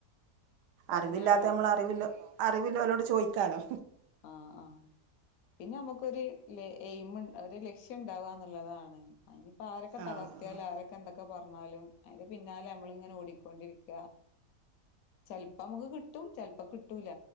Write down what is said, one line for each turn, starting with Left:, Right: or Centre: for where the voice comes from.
Left: അപ്പ
Right: അറിവില്ലാത്ത
Left: അങ്ങനെയാണല്ലോ
Right: അമ്മെൾ അറിവ് ഇല്ലോ അറിവില്ലോലോട് ചോദിക്കാലോ
Left: ആഹ് ആഹ് പിന്നെ നമു ക്കൊരു ല എയിം ഒരു ലക്ഷ്യം ഉണ്ടാവുകന്നുള്ളതാണ് അനിയിപ്പോ ആരൊക്കെ
Right: ആഹ്
Left: തളർത്തിയാലും ആരൊക്കെ എന്തൊക്കെ പറഞ്ഞാലും അതിന്റെ പിന്നാലെ നമ്മള് ഇങ്ങനെ ഓടിക്കൊണ്ടിരിക്കുക ചെലപ്പോ നമക്ക് കിട്ടും ചിലപ്പോ കിട്ടൂല